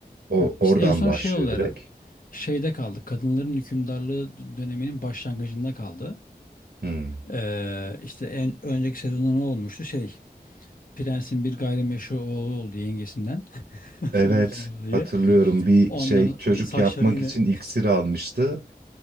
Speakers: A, on the right; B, on the left.
A: O
B: Hı.
A: oradan
B: İşte en son
A: başlıyor
B: şey oldu
A: direkt.
B: herhalde. Şeyde kaldı. Kadınların hükümdarlığı döneminin başlangıcında kaldı.
A: Hmm.
B: Ee, işte en önceki sezonda ne olmuştu? Şey Prens'in bir gayrimeşru oğlu oldu yengesinden. <laughs> Hatırlıyorsun
A: Evet
B: orayı.
A: hatırlıyorum bir
B: Ondan
A: şey çocuk
B: saçları
A: yapmak
B: yine.
A: için
B: <laughs>
A: iksir almıştı.